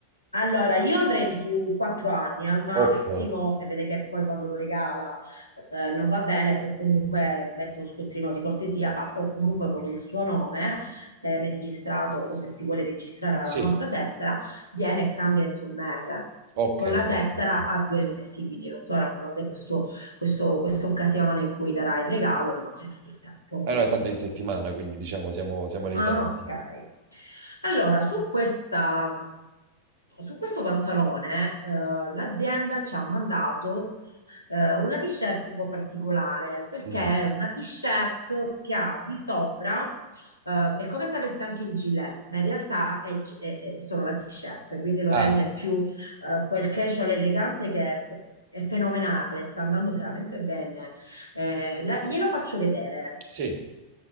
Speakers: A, on the left; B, on the right.
A: Allora, io andrei su quattro anni al massimo,
B: Ok,
A: se vede che poi quando lo regala eh, non va bene, può comunque mettere uno scontrino di cortesia o comunque con il suo nome, se è registrato o se si vuole registrare alla
B: sì,
A: nostra tessera, viene e cambia entro un mese.
B: ok,
A: Con la tessera
B: perfetto.
A: a due mesi, quindi non so ora quando è questo- questo- questa occasione in cui darà il regalo, ma c'è tutto il tempo.
B: Ah no, è tanto in settimana, quindi diciamo siamo, siamo nei
A: Ah,
B: tempi.
A: ok. Allora, su questa, su questo pantalone, eh, l'azienda ci ha mandato eh, una t-shirt un po' particolare, perché
B: Mm.
A: è una t-shirt che ha di sopra, eh, è come se avesse anche il gilet, ma in realtà è, è- è solo la t-shirt, quindi lo
B: Ah,
A: rende più eh, quel casual elegante che è... f- è fenomenale, sta andando veramente bene. Eh, la- glielo faccio vedere.
B: sì,